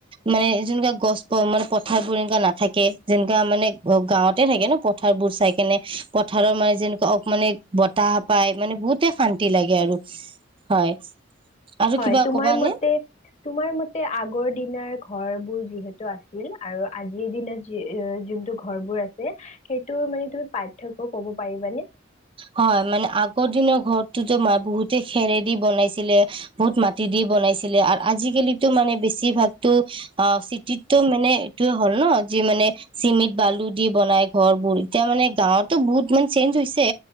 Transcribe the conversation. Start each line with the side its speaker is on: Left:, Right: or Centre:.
Right: মানে যেনেকুৱা গছ মানে পথাৰ বোৰ এনেকুৱা নাথাকে যেনে মানে গাঁৱতে থাকে ন পথাৰবোৰ চাই কেনে পথাৰৰ মানে যেনেকুৱা মানে বতাহ পায় মানে বহুতে শান্তি লাগে আৰু হয়। আৰু
Left: হয়,
Right: কিবা
Left: তোমাৰ
Right: কবা
Left: মতে
Right: নে?
Left: তোমাৰ মতে আগৰ দিনাৰ ঘৰ বোৰ যিহেতু আছিল আৰু আজিৰ দিনত যি যোনটো ঘৰ বোৰ আছে, সেইটো মানে তুমি পাৰ্থক্য ক'ব পাৰিবানে?
Right: হয়, মানে আগৰ দিনৰ ঘৰতোতো ম বহুতে খেৰে দি বনাইছিলে, বহুত মাটি দি বনাইছিলে আৰু আজিকালিতো মানে বেছিভাগতো অ চিটিতটো মানে এইটোয়ে হ'ল ন যি মানে চিমেট বালু দি বনাই ঘৰবোৰ এতিয়া মানে গাঁৱতো বহুত মানে চেঞ্জ হৈছে